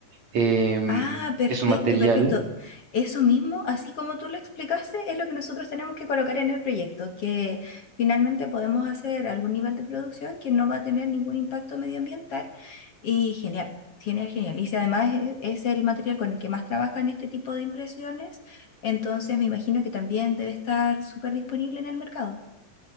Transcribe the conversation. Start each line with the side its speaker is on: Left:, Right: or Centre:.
Right: Em,
Left: Ah, perfecto,
Right: es un material,
Left: perfecto. Eso mismo, así como tú lo explicaste, es lo que nosotros tenemos que colocar en el proyecto, que finalmente podemos hacer algún nivel de producción que no va a tener ningún impacto medioambiental. Y genial, genial, genial. Y si además es, es el material con el que más trabajan este tipo de impresiones, entonces me imagino que también debe estar súper disponible en el mercado.